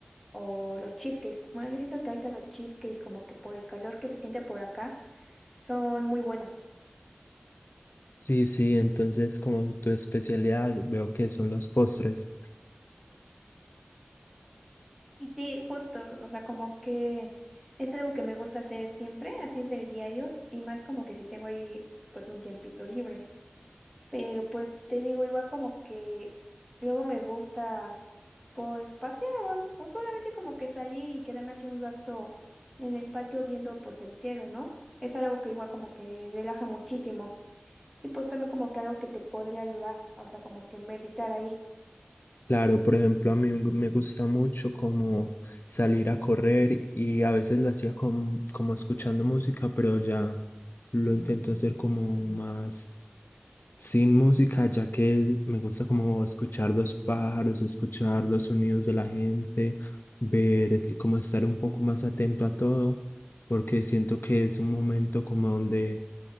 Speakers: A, in the centre; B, on the left.
A: o los cheesecakes. Bueno, yo siento que ahorita los cheesecakes como que por el calor que se siente por acá son muy buenos.
B: Sí, sí, entonces como tu especialidad veo que son los postres.
A: Y sí, justo, o sea, como que es algo que me gusta hacer siempre, así es del diario, y más como que si tengo ahí pues un tiempito libre. Pero pues te digo, igual como que luego me gusta pues pasear o solamente como que salir y quedarme así un rato en el patio viendo pues el cielo, ¿no? Es algo que igual como que relaja muchísimo y pues también como que algo que te podría ayudar, o sea, como que meditar ahí.
B: Claro, por ejemplo, a mí me me gusta mucho como salir a correr y a veces lo hacía con- como escuchando música, pero ya lo intento hacer como más sin música, ya que me gusta como escuchar los pájaros, escuchar los sonidos de la gente, ver, como estar un poco más atento a todo, porque siento que es un momento como donde